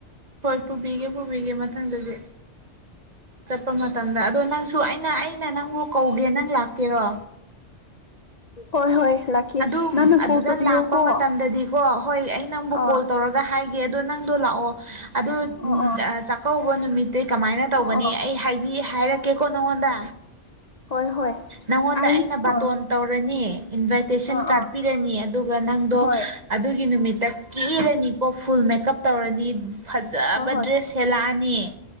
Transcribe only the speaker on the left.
ꯍꯣꯏ ꯍꯣꯏ ꯂꯥꯛꯀꯦ
ꯅꯪꯅ
ꯀꯣꯜ ꯇꯧꯕꯤꯌꯣꯀꯣ
ꯑꯥ
ꯑꯣ ꯑꯣ
ꯑꯣ ꯑꯣ
ꯍꯣꯏ ꯍꯣꯏ
ꯑꯩ
ꯑꯥ
ꯑꯥ
ꯑꯥ
ꯍꯣꯏ
ꯍꯣꯏ ꯍꯣꯏ